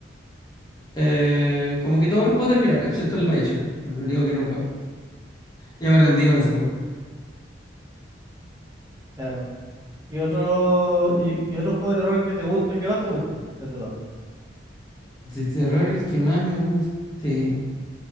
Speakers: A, on the left; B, on the right.
A: eh, como que todos los puedo terminar, excepto el Bioshock. Lo único que no puedo. Ya me rendí con ese juego.
B: claro. Y otro, y, y otro juego de terror que te guste, el que más te guste de terror.
A: De terror el que más me guste.